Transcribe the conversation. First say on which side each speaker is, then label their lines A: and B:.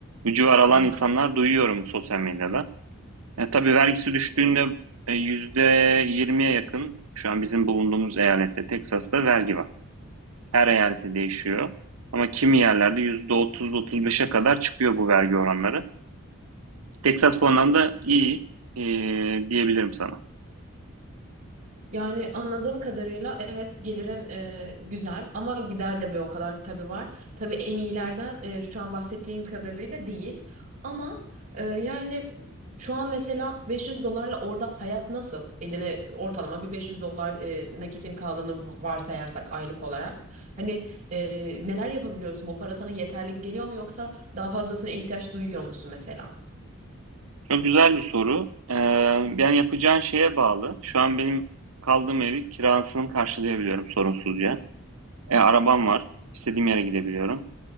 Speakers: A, on the right (about 75°); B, on the right (about 35°).
A: bu civar alan
B: Hı
A: insanlar duyuyorum sosyal medyada. E, tabii vergisi düştüğünde e, yüzde yirmiye yakın şu an bizim bulunduğumuz eyalette Teksas'ta vergi var. Her eyalette değişiyor. Ama kimi yerlerde yüzde otuz, otuz beşe kadar çıkıyor bu vergi oranları. Texas bu anlamda iyi e, diyebilirim sana.
B: Yani anladığım kadarıyla evet gelirin e, güzel ama gider de bir o kadar tabii var. Tabii en iyilerden e, şu an bahsettiğin kadarıyla değil. Ama e, yani şu an mesela 500 dolarla orada hayat nasıl? Eline ortalama bir 500 dolar e, nakitin kaldığını varsayarsak aylık olarak. Hani ee, neler yapabiliyorsun? Bu para sana yeterli geliyor mu yoksa daha fazlasına ihtiyaç duyuyor musun mesela?
A: Çok güzel bir soru. Ee, yani yapacağın şeye bağlı. Şu an benim kaldığım evi kirasını karşılayabiliyorum sorunsuzca. E, arabam var. İstediğim yere gidebiliyorum.